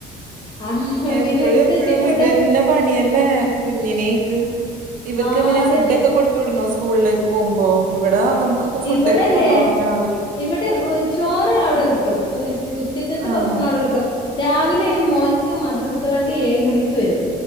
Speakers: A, on the left; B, on the right.
A: ആഹ്
B: എപ്പഴും
A: പിന്നെ എടുത്ത്
B: എപ്പഴും
A: വച്ചീട്ടിവിടെ
B: ഇത് തന്നെ പണിയല്ലേ കുഞ്ഞിനെ ഇട്ട് ഇവർക്ക്
A: ആഹ്
B: ഇങ്ങനെ
A: അതന്നെ
B: ഫുഡ് ഒക്കെ കൊടു ത്തുവിടണോ സ്കൂളിലേക്ക് പോകുമ്പോ ഇവടെ നമുക്ക് കു ഫുഡ്
A: ഇവിടെല്ലേ
B: ഒക്കെ കൊണ്ടു പോണം രാവിലെ
A: ഇവിടെ ചോറ് അവിടെ കിട്ടും ഉച്ചക്കത്തെ
B: ആഹ്
A: ഭക്ഷണം അവിടെ കിട്ടും രാവി ലെ മോൻക്ക് മദ്രസ് വണ്ടി ഏഴ് മണിക്ക് വരും